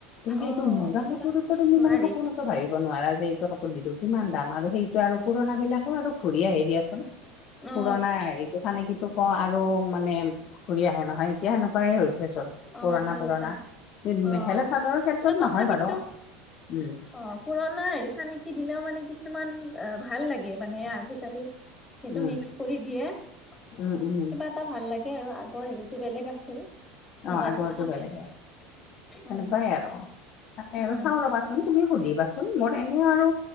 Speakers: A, on the left; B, on the left.
A: তুমি সেইটো
B: অ
A: মুগা
B: এইবিলাক
A: কাপোৰতো তুমি
B: নোৱাৰি
A: মানে সপোনতো ভাবিব নোৱাৰা যে এইটো কা পোৰ দিলো কিমান দাম আৰু সেইটো আৰু পুৰণা বিলাকো আৰু ঘূৰি আহে দিয়াচোন। পুৰণা
B: অ
A: এই চানেকিটো কও আৰু মানে ঘূৰি আহে নহয়। এতিয়া সেনেকুৱাই হৈছে চোন।
B: অ
A: পুৰণা
B: তেনেকুৱাই
A: পুৰণা মেখেলা
B: অ
A: চাদৰ ক্ষেত্ৰত
B: কিন্তু তথাপিতো
A: নহয় বাৰু। উম।
B: অ পুৰণা হেৰি চানেকি দিলেও মানে কিছুমান আ ভাল লাগে। মানে আজিকালি যিটো
A: উম
B: মিক্স কৰি দিয়ে কিবা
A: উম উম
B: এটা ভাল লাগে আৰু আগৰ হেৰিটো বেলেগ আছিল।
A: অ
B: মুগাটো
A: আগৰটো
B: আহা
A: বেলেগ আছে। সেনেকুৱাই
B: উম
A: আৰু তাকে আৰু
B: উম
A: চাও ৰবা চোন তুমি সুধিবাচোন মোৰ এনে আৰু